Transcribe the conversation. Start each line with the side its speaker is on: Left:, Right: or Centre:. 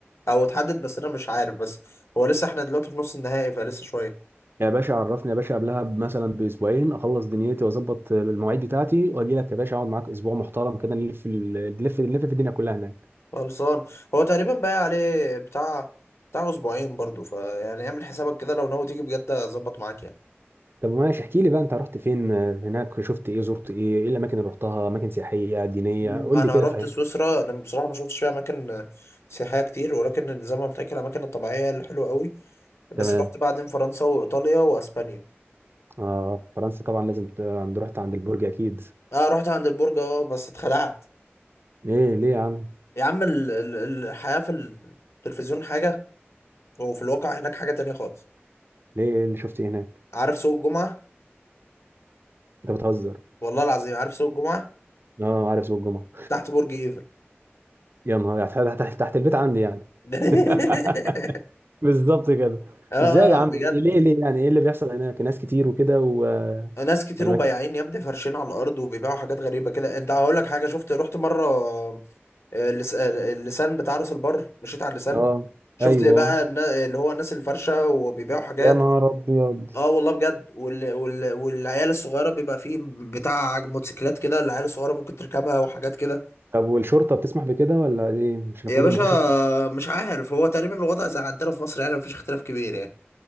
Left: او اتحدد بس انا مش عارف بس هو لسه احنا دلوقتي في نص النهائي فلسه شوية
Right: يا باشا عرفني يا باشا قبلها مثلا باسبوعين اخلص دنيتي واظبط المواعيد بتاعتي واجي لك يا باشا اقعد معاك اسبوع محترم كده نلف ال- نلف نلف في الدنيا كلها هناك
Left: خلصان هو تقريبا باقي عليه بتاع بتاع اسبوعين برضو فيعني اعمل حسابك كده لو ناوي تيجي بجد اظبط معاك يعني
Right: طب ماشي احكي لي بقى انت رحت فين هناك شفت ايه زرت ايه ايه الاماكن اللي رحتها اماكن سياحيه دينيه
Left: مم.
Right: قول
Left: انا
Right: لي كده
Left: رحت
Right: فاهم
Left: سويسرا انا بصراحه ما شفتش فيها اماكن سياحيه كتير ولكن زي ما قلت لك الاماكن الطبيعيه هي اللي حلوه قوي بس
Right: تمام
Left: رحت بعدين فرنسا وايطاليا واسبانيا
Right: اه فرنسا طبعا لازم ت- عند رحت عند البرج اكيد
Left: اه رحت عند البرج اه بس اتخلعت
Right: ايه ليه يا عم
Left: يا عم ال- ال- الحياه في التلفزيون حاجه وفي الواقع هناك حاجه تانية خالص
Right: ليه ايه اللي شفت ايه هناك
Left: عارف سوق الجمعه
Right: انت بتهزر
Left: والله العظيم عارف سوق الجمعه
Right: اه عارف سوق الجمعه
Left: تحت برج ايفل
Right: يا نهار يعني تحت تحت تحت البيت عندي يعني
Left: <laughs>
Right: <laughs> بالظبط كده
Left: اه آه،
Right: ازاي يا عم
Left: بجد
Right: ليه ليه يعني ايه اللي بيحصل هناك ناس كتير وكده و
Left: ناس كتير
Right: والمك...
Left: وبياعين يا ابني فارشين على الارض وبيبيعوا حاجات غريبه كده انت هقول لك حاجه شفت رحت مره اللس- اللسان بتاع راس البر مشيت على اللسان
Right: اه
Left: شفت
Right: ايوه
Left: بقى النا- اللي هو الناس الفرشة وبيبيعوا حاجات
Right: يا نهار ابيض
Left: اه والله بجد وال... وال... والعيال الصغيرة بيبقى فيه بتاع موتوسيكلات كده العيال الصغيرة ممكن تركبها وحاجات كده
Right: طب والشرطه بتسمح بكده ولا ايه مش المفروض
Left: يا باشا
Right: ان في شرطه
Left: مش عارف هو تقريبا الوضع زي عندنا في مصر يعني مفيش اختلاف كبير يعني